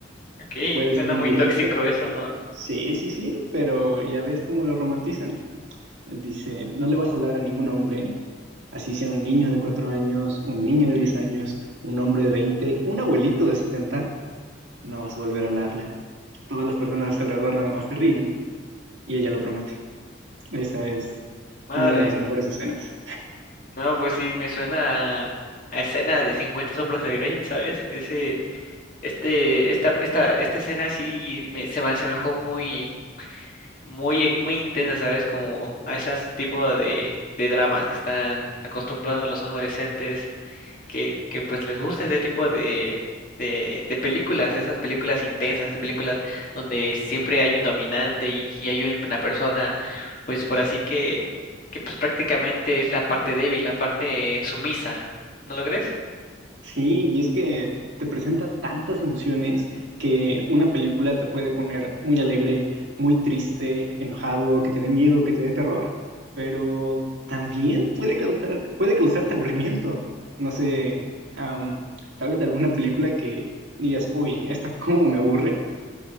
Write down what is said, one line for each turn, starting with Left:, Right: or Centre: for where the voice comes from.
Left: Ok,
Right: Puede
Left: suena
Right: ser un
Left: muy
Right: viejito.
Left: tóxico eso, ¿no?
Right: Sí, sí, sí, pero ya ves cómo lo romantizan. Dice, no le vas a hablar a ningún hombre, así sea un niño de cuatro años, un niño de 10 años, un hombre de 20, un abuelito de 70, no vas a volver a hablarle. Todas las personas a su alrededor nada más se ríen y ella lo promete. Esa es
Left: Madre
Right: una de las
Left: mía.
Right: mejores escenas.
Left: No, pues sí, me suena a, a escena de cincuenta sombras de Grey, ¿sabes? Ese, este, esta, esta, esta escena sí me, se me asemejó muy... muy, muy intensa, ¿sabes? Como a esas tipo de, de dramas que están acostumbrados los adolescentes, que, que pues les gusta ese tipo de, de, de películas, esas películas intensas, esas películas donde siempre hay un dominante y, y hay una persona, pues por así que, que pues prácticamente es la parte débil, la parte sumisa, ¿no lo crees?
Right: Sí, y es que te presenta tantas emociones que una película te puede poner muy alegre, muy triste, enojado, que te dé miedo, que te dé terror, pero también puede causar, puede causarte aburrimiento. No sé, am, ¿sabes de alguna película que digas, uy, esta cómo me aburre?